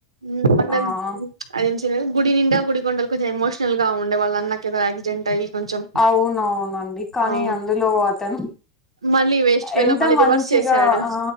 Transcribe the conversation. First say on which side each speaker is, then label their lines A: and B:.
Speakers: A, on the right; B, on the left.
A: మ్
B: ఆ
A: <unintelligible> అదేం సీరియల్ గుడినిండా గుడిగంటలు కొంచెం ఎమోషనల్గా ఉండే వాళ్ళ అన్నకి ఏదో ఆక్సిడెంట్ అయ్యి, కొంచెం
B: అవునవునండి కానీ
A: అవును
B: అందులో అతను
A: మళ్ళీ వేస్ట్ వేలో
B: ఎంత
A: మళ్ళీ
B: మంచిగా
A: రివర్స్ చేశాడు
B: ఆ